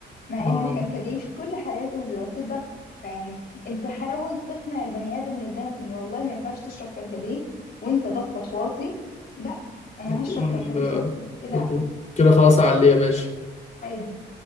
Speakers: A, on the left; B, on the left.
A: مع
B: اه
A: ان الكركديه في كل حالاته بيوطي الضغط فيعني انت حاول تقنع البني ادم اللي قدامك ان والله ما ينفعش تشرب كركديه وانت ضغطك واطي لا انا
B: وتقول
A: هشرب كركديه
B: آه،
A: سخن كده
B: وتقول كده خلاص عليه يا باشا
A: عادي